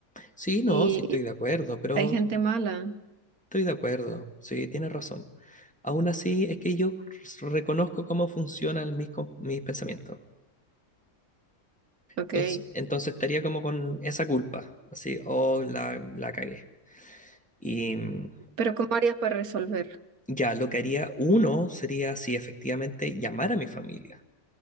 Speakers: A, in the centre; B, on the right.
A: Sí, no,
B: y
A: sí estoy de acuerdo, pero
B: hay gente mala.
A: estoy de acuerdo, sí, tienes razón. Aún así, es que yo reconozco cómo funcionan mis, com- mis pensamientos.
B: Ok.
A: Entonces, entonces estaría como con esa culpa, así, oh, la, la cagué. Y mm,
B: Pero ¿cómo harías para resolver?
A: ya, lo que haría uno sería, sí, efectivamente, llamar a mi familia.